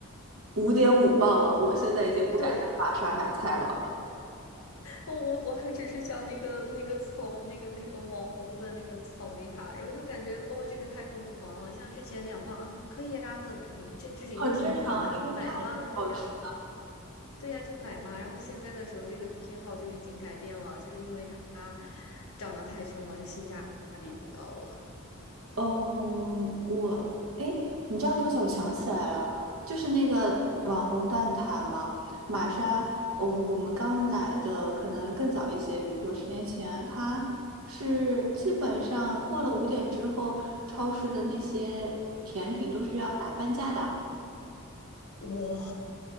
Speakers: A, on the right; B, on the left.
A: 五点五磅了，我现在已经不敢在玛莎买菜了。
B: 对，我我我还只是讲那个那个草那个那个网红的那个草莓塔，然后就感觉哇，这个太疯狂了。像之前两磅啊，可以啊，很这这是一个甜品吗？
A: 很正常，因为太好吃。
B: 买吗？对呀、对呀、就买嘛。然后现在的时候，这个偏好就已经改变了，就是因为它长得太凶了，就性价比不高了。
A: 嗯，我，诶，你这样说起来，我想起来了，就是那个网红蛋挞嘛，玛莎，嗯，我们刚来的可能更早一些，比如说十年前，它是基本上过了五点之后，超市的那些甜品都是要打半价的。
B: 哇，